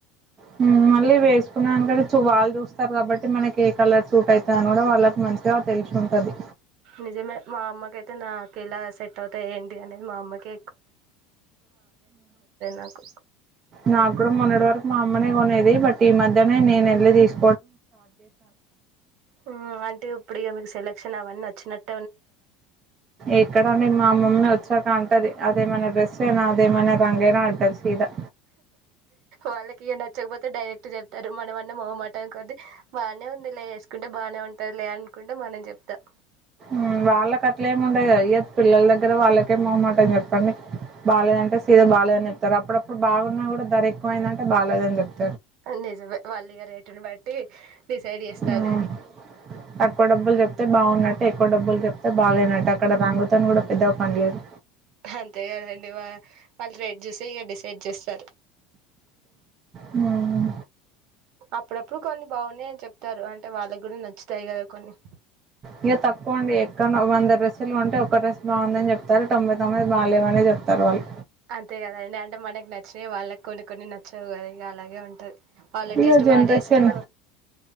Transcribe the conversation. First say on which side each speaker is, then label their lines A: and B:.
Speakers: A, on the right; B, on the right.
A: హ్మ్ మళ్ళీ వేస్ అందగనించి వాల్ చూస్తారు కాబట్టి మనకి ఏ కలర్ సూట్ అయితది అని కూడా వాళ్ళకి మంచిగా తెలిసి ఉంటది
B: నిజమే మా అమ్మకైతే నాకెలా సెట్ అవుతాయి ఏంటి అనేది మా అమ్మకి నాకు.
A: నా కూడా మొన్నటి వరకు మా అమ్మనే కొనేది బట్ ఈ మధ్యనే నేను వెళ్ళి తీసు
B: హ్మ్ అంటే ఇప్పుడు ఇక మీకు సెలక్షన్ అవన్నీ వచ్చినట్టు
A: ఎక్కడండి మామూలు మ్మ్ వాచ్ గా అంటది అదేమనా డ్రెస్ ఎనా అదేమనా రంగేనా అంటది ఇదా
B: వాళ్ళకి ఈ నచ్చకపోతే డైరెక్ట్ చెప్తారు మనమన్నా మొహమాటం కొద్ది బానే ఉంది లే వేసుకుంటే బానే ఉంటది లే అనుకుంట మనం చెప్తాం
A: మ్ వాళ్ళకట్లేమి ఉండదు కదా ఎత్ పిల్లల దగ్గర వాళ్ళకేమ్ మొహమాటం చెప్పండి బాలేదంటే సీద బాలేదని చెప్తారు అప్పుడప్పుడు బాగున్నా కూడా ధర ఎక్కువైందంటే బాలేదని చెప్తారు
B: నిజమే వాళ్ళీగా రేటుని బట్టి డిసైడ్ చేస్తారు
A: హ్మ్. తక్కువ డబ్బులు జెప్తే బావున్నట్టు, ఎక్కువ డబ్బులు చెప్తే బాగాలేనట్టు అక్కడ రాంగుతోని కూడా పెద్దగ పనిలేదు
B: అంతే కదండి వా వాళ్ళు రేట్ చూసే ఇక డిసైడ్ చేస్తారు
A: హ్మ్.
B: అప్పుడప్పుడు కొన్ని బాగున్నాయని చెప్తారు అంటే వాళ్ళకి కూడా నచ్చుతాయి కదా కొన్ని
A: ఇవి తకువండి ఏకంగా వంద డ్రెస్ అసలు ఉంటే ఒక్క డ్రెస్ బాగుందని చెప్తారు తొంభై తొంభది బాలేవని చెప్తారు వాళ్ళు
B: అంతే కదండి అంటే మనకి నచ్చినావి వాళ్ళకి కొన్ని కొన్ని నచ్చవు కద అలాగే ఉంటది వాళ్ళ
A: ఇగ
B: టేస్ట్
A: జనరేషన్
B: మన టేస్ట్